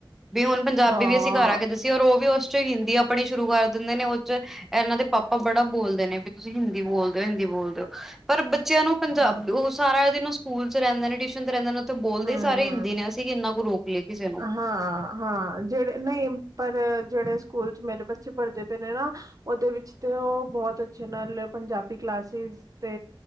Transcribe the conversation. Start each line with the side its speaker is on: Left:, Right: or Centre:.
Centre: ਬੀ ਹੁਣ ਪੰਜਾਬੀ
Right: ਹਾਂ
Centre: ਵੀ ਅਸੀ ਕਰ ਆ ਕੇ ਦਸੀ ਔਰ ਉਹ ਵੀ ਉਸ ਹਿੰਦੀ ਆਪਣੀ ਸ਼ੁਰੂ ਕਰ ਦਿੰਦੇ ਨੇ ਉਹ 'ਚ ਇਹਨਾਂ ਦੇ ਪਾਪਾ ਬੜਾ ਬੋਲਦੇ ਨੇ ਵੀ ਤੁਸੀ ਹਿੰਦੀ ਬੋਲਦੇ ਹਿੰਦੀ ਬੋਲਦੇ ਹੋ ਪਰ ਬੱਚਿਆਂ ਨੂੰ ਪੰਜਾਬ
Right: ਹਾਂ
Centre: ਉਹ ਸਾਰਾ ਦਿਨ ਸਕੂਲ 'ਚ ਰਹਿੰਦੇ ਨੇ ਰਹਿੰਦੇ ਨੇ ਬੋਲਦੇ
Right: ਹਮ
Centre: ਹੀ ਸਾਰੇ
Right: ਹਮ
Centre: ਹਿੰਦੀ ਨੇ ਅਸੀਂ ਕਿੰਨਾ ਕੁ ਰੋਕ ਲਈਏ ਕਿਸੇ ਨੂੰ
Right: ਹਾਂ ਹਾਂ ਜਿਹੜੇ ਨਹੀਂ ਪਰ ਜਿਹੜੇ ਸਕੂਲ 'ਚ ਮੇਰੇ ਬੱਚੇ ਪੜ੍ਹਦੇ ਪਏ ਨੇ ਨਾ ਉਹਦੇ ਵਿੱਚ ਤੇ ਉਹ ਬਹੁਤ ਅੱਛੇ ਨਾਲ ਪੰਜਾਬੀ ਕਲਾਸਿਸ ਤੇ